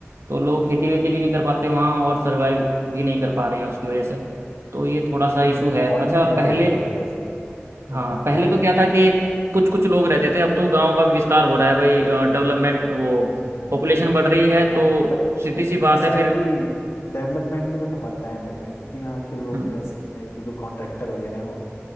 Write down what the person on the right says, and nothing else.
तो लोग खेती वेती भी नहीं कर पाते वहां और सरवाइव भी नहीं कर पा रहे हैं उसकी वजह से तो ये थोड़ा सा
इशू है
अच्छा
पहले
हाँ पहले
तो क्या था कि कुछ कुछ लोग रहते थे अब तो गांव का भी विस्तार हो रहा है भाई डेवलपमेंट वो
पॉपुलेशन बढ़ रही है
तो
सीधी सी बात
है फिर
हम्म,